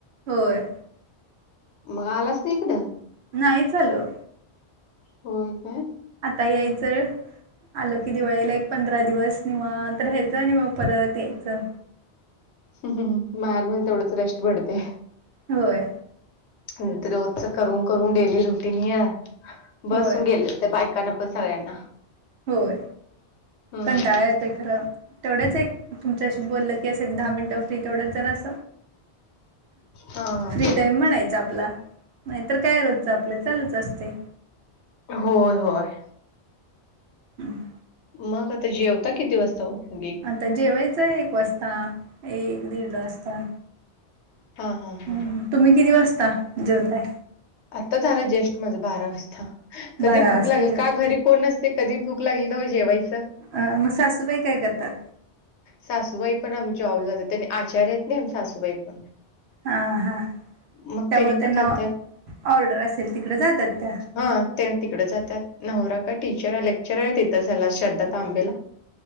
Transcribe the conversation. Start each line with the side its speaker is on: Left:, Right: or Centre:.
Right: होय.
Left: मग आलाच नाय इकडं
Right: नाईच आलो.
Left: होय काय
Right: आता यायचं आलो की दिवाळीला एक पंध रा दिवस निवांत राहायचं आणि मग परत यायचं.
Left: माहेरमध्ये तेवढच रेस्ट पडते.
Right: होय
Left: हं ते रोजच करून करून डेली रुटीन हय बसून
Right: होय
Left: गेले त्या बायकांना पण सगळ्यांना
Right: होय
Left: हं.
Right: कंटाळा येतोय खरं, तेवढच एक तुमच्याशी बोललं की अस एक दहा मिनिटं फ्री तेवढच जरास
Left: हां, हां.
Right: फ्री टाईम म्हणायच आपला नायतर काय रोजच आपलं चालूच असतय.
Left: होय होय.
Right: हम्म
Left: मग आता जेवता किती वाजता ओ मग
Right: आता जेवायचं एक वाजता, एक दीड वाजता
Left: हा हा हा
Right: हम्म,
Left: हा
Right: तुम्ही किती वाजता जेवताय?
Left: आता झालं जेष्ठ माझ बारा वाजता कधी
Right: बारा
Left: भूक
Right: वाजता
Left: लागली
Right: जेवताय
Left: का घरी कोण नसते. कधी भूक लागली तवा जेवायचं
Right: अ म सासूबाई काय करतात?
Left: सासूबाई पण आम जावला जातात त्यांनी आचारी आहेत ना आम सासू बाई पण
Right: हा हा
Left: मग
Right: त्यामुळे
Left: त्यानी
Right: त्यांना
Left: पण जात्यात.
Right: ऑर्डर असेल तिकड जातात त्या
Left: हं त्या तिकड जात्यात नवरा काय टीचर हाय लेक्चर हाय तिथं ह्याला श्रद्धा तांबेला <inaudible>